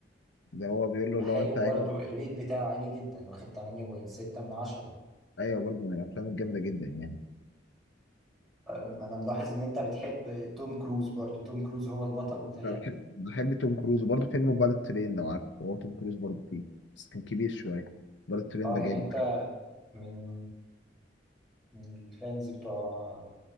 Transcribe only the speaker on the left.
ده هو بيقول
له لو انت
ايوه
ايوه برضه من الافلام الجامده جدا يعني
انا بحب بحب توم كروز وبرضه فيلم بالت ترين لو عارف هو توم كروز برضه فيه بس كان كبير شويه بالت ترين
ده
جامد